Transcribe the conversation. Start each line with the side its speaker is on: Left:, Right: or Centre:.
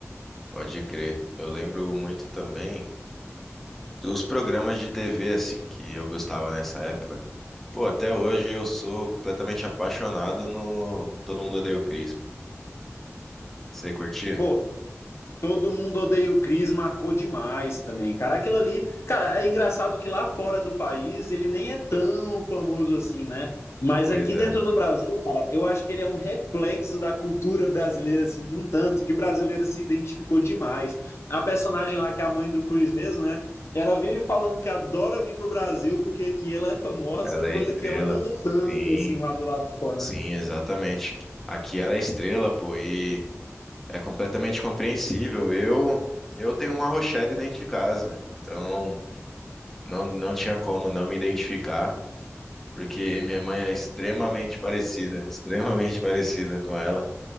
Centre: Pode crer. Eu lembro muito também. Os programas de TV, assim, que eu gostava nessa época. Pô, até hoje eu sou completamente apaixonado no Todo Mundo Odeia o Chris. Você curtia?
Left: Pô, Todo mundo odeia o Chris, marcou demais também. Cara, aquilo ali. Cara, é engraçado que lá fora do país ele nem é tão famoso assim, né? Mas
Centre: Pois
Left: aqui
Centre: é,
Left: dentro do Brasil, cara, eu acho que ele é um reflexo da cultura brasileira, assim, de um tanto, que o brasileiro se identificou demais. A personagem lá, que é a mãe do Chris mesmo, né? Ela vive falando que adora vir pro Brasil porque aqui ela é famosa,
Centre: ela
Left: coisa
Centre: é estrela.
Left: que ela não é tanto,
Centre: Sim,
Left: assim, lá do lado de fora,
Centre: sim,
Left: né?
Centre: exatamente. Aqui ela é estrela, pô, e é completamente compreensível. Eu, eu tenho uma Rochelle dentro de casa, então não, não tinha como não me identificar, porque minha mãe é extremamente parecida, <laughs> extremamente parecida com ela.